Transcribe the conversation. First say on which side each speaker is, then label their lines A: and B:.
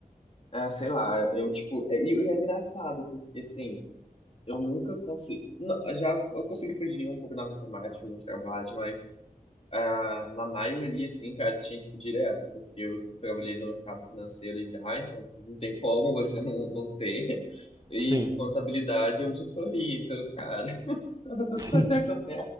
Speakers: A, on the left (about 45°); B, on the right (about 25°).
A: Ah, sei lá, eu, tipo... é- E e é engraçado, porque, assim, eu nunca consegui... não, Já eu consegui fugir um pouco na matemática, alguns trabalhos, mas ah, na maioria, assim, cara, tinha, tipo, direto, porque eu trabalhei no mercado financeiro já, então não tem como você não, não ter. e
B: sim,
A: contabilidade e auditoria. Então, cara, <laughs> tava
B: <laughs> sim,
A: tudo quanto é café.